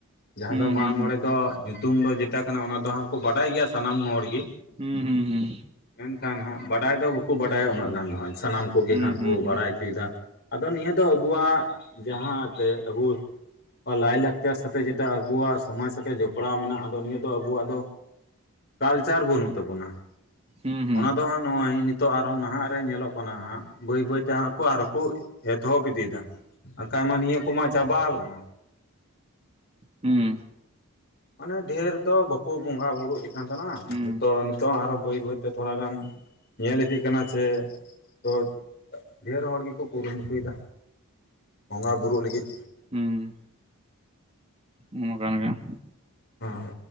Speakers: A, on the left; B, on the right.
A: ᱡᱟᱦᱟᱸ
B: ᱦᱩᱸ
A: ᱫᱚ
B: ᱦᱩᱸ
A: ᱢᱟᱜ ᱢᱚᱬᱮᱸ ᱫᱚ ᱧᱩᱛᱩᱢ ᱫᱚ ᱡᱮᱴᱟ ᱠᱟᱱᱟ᱾ ᱚᱱᱟ ᱫᱚ ᱦᱟᱸᱜ ᱠᱚ ᱵᱟᱰᱟᱭ ᱜᱮᱭᱟ᱾ ᱥᱟᱱᱟᱢ ᱦᱚᱲ ᱜᱮ᱾
B: ᱦᱩᱸ, ᱦᱩᱸ, ᱦᱩᱸ
A: ᱢᱮᱱ ᱠᱷᱟᱱ ᱦᱟᱸᱜ ᱵᱟᱰᱟᱭ ᱫᱚ ᱵᱟᱠᱚ ᱵᱟᱰᱟ ᱭᱟ᱾ ᱩᱱᱟᱹᱜ ᱜᱟᱱ ᱫᱚ ᱦᱟᱸᱜ᱾ ᱥᱟᱱᱟᱢ ᱠᱚ ᱜᱮ
B: ᱦᱩᱸ
A: ᱦᱟᱸᱜ
B: ᱦᱩᱸ
A: ᱠᱚ
B: ᱦᱩᱸ ᱦᱩᱸ
A: ᱵᱟᱰᱟᱭ ᱚᱪᱚᱭ ᱮᱫᱟ᱾ ᱟᱫᱚ ᱱᱤᱭᱟᱹ ᱫᱚ ᱟᱵᱩ ᱣᱟᱜ᱾ ᱡᱟᱦᱟᱸ ᱛᱮ ᱟᱵᱩ ᱞᱟᱭᱼᱞᱟᱠ ᱪᱟᱨ ᱥᱟᱛᱮᱜ ᱡᱮ ᱴᱟ ᱟᱵᱚᱣᱟᱼᱜ ᱥᱚᱢᱟᱡᱽ ᱥᱟᱛᱮᱜ ᱡᱚᱯ ᱲᱟᱣ ᱢᱮᱱᱟᱜ᱾ ᱟᱫᱚ ᱱᱤᱭᱟᱹ ᱫᱚ ᱟᱵᱚᱣᱟᱜ ᱫᱚ᱾ ᱠᱟᱞᱪᱟᱨ ᱵᱟᱹᱱᱩᱜ ᱛᱟᱵᱚᱱᱟ᱾
B: ᱦᱩᱸ
A: ᱚᱱᱟ ᱫᱚ ᱱᱚᱜᱼᱚᱭ ᱱᱤᱛᱚᱜ ᱟᱨ ᱦᱚᱸ ᱱᱟᱦᱟᱜ ᱨᱮ ᱧᱮᱞᱚᱜ ᱠᱟᱱᱟ ᱦᱟᱸᱜ, ᱵᱟᱹᱭ ᱵᱟᱹᱭ ᱛᱮ ᱦᱟᱸᱜ ᱠᱚ ᱟᱨ ᱦᱚᱸ ᱠᱚ ᱮᱛᱚᱦᱚᱵ ᱤᱫᱤ ᱮᱫᱟ, ᱵᱟᱠᱷᱟᱡᱽ ᱢᱟ ᱱᱤᱭᱟᱹ ᱠᱚ ᱢᱟ ᱪᱟᱵᱟ ᱞᱮᱱᱟ᱾
B: ᱦᱮᱸ᱾
A: ᱢᱟᱱᱮ ᱰᱷᱮᱨ ᱫᱚ ᱵᱟᱠᱚ ᱵᱚᱸᱜᱟ ᱵᱩᱨᱩᱜ ᱠᱟᱱ ᱛᱟᱦᱮᱸᱱᱟ᱾
B: ᱦᱩᱸ
A: ᱱᱤᱛᱚᱜ
B: ᱦᱩᱸ
A: ᱱᱤᱛᱚᱜ ᱟᱨᱚ ᱵᱟᱹᱭ ᱵᱟᱹᱭ ᱛᱮ ᱛᱷᱚᱲ ᱜᱟᱱ ᱧᱮᱞ ᱤᱫᱤᱜ ᱠᱟᱱᱟ ᱥᱮ ᱛᱚ ᱰᱷᱮᱨ ᱦᱚᱲ ᱜᱮ ᱠᱚ ᱠᱩᱨᱩ ᱢᱩᱴᱩᱭ ᱮᱫᱟ, ᱵᱚᱸᱜᱟ ᱵᱩᱨᱩᱜ ᱞᱟᱹᱜᱤᱫ
B: ᱦᱩᱸ᱾ ᱚᱱᱟ ᱠᱟᱱ ᱜᱮᱭᱟ᱾
A: ᱦᱚᱸ᱾